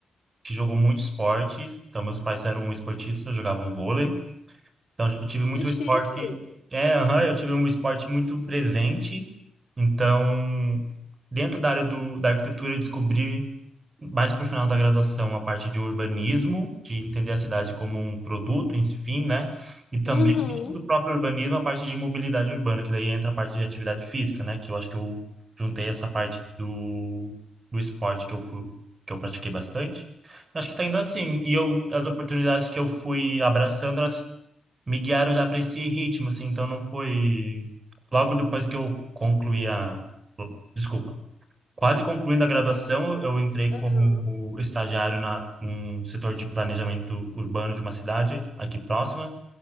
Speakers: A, on the right; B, on the left.
A: que jogou muito esportes. Então meus pais eram esportistas, jogavam vôlei. Então, eu tive muito
B: Que chique.
A: esporte. É, aham, eu tive um esporte muito presente. Então, dentro da área do, da arquitetura, eu descobri mais pro final da graduação a parte de urbanismo, de entender a cidade como um produto, enfim, né? E também
B: Uhum.
A: dentro do próprio urbanismo a parte de mobilidade urbana, que daí entra a parte de atividade física, né? Que eu acho que eu juntei essa parte do, do esporte que eu fui, que eu pratiquei bastante. Acho que tá indo assim. E eu, as oportunidades que eu fui abraçando, elas me guiaram já para esse ritmo, assim, então não foi. Logo depois que eu concluí a. Desculpa. Quase concluindo a graduação, eu entrei
B: Aham.
A: como estagiário na, num setor de planejamento urbano de uma cidade aqui próxima.